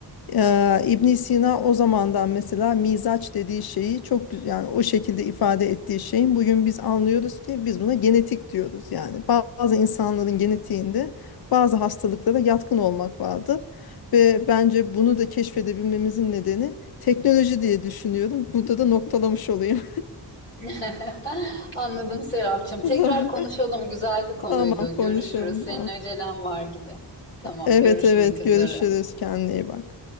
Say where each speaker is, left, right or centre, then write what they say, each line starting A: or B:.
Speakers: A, on the left (about 55°); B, on the left (about 25°).
A: Ee, İbn Sina o zamandan mesela mizaç dediği şeyi çok güzel yani o şekilde ifade ettiği şeyin bugün biz anlıyoruz ki biz buna genetik diyoruz. Yani bazı insanların genetiğinde bazı hastalıklara yatkın olmak vardır. Ve bence bunu da keşfedebilmemizin nedeni teknoloji diye düşünüyorum. Burada da noktalamış olayım.
B: <laughs> Anladım Serapcığım. Tekrar
A: <laughs>
B: konuşalım. Güzel bir konuydu.
A: Tamam konuşalım.
B: Görüşürüz. Senin acelen var gibi. Tamam,
A: Evet
B: görüşmek
A: evet
B: üzere.
A: görüşürüz kendine iyi bak.